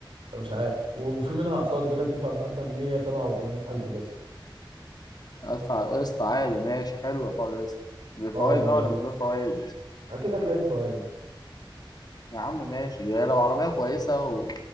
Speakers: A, on the right; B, on the left.
A: مش عارف وفي منها أقساط بيقول لك تدفع مقدم مية سبعة وتمانين ألف بس
B: ادفع قسط عادي ماشي حلو حوار القسط بفوائد
A: اه مش
B: بقى ولا من دون فوائد
A: أكيد هتلاقي في فوائد
B: يا عم ماشي يا لو عربيه كويسه و...